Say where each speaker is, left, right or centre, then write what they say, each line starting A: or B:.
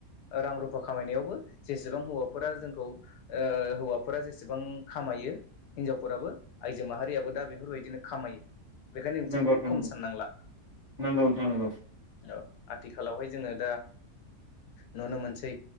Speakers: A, on the left; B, on the left.
A: रां रुफा खामायनायावबो जेसेबां हौवाफोरा जोंखौ ओ हौवाफोरा जेसेबां खामायो हिनजावफोराबो आइजो माहारियाबो दा बेफोरबायदिनो खामायो। बेखायनो नोंसोरखौबो
B: नंगौ नंगौ
A: खम साननांला
B: नंगौ नोंथां नंगौ नोंथां नंगौ
A: औ आथिखालावहाय जोङो दा नुनो मोनसै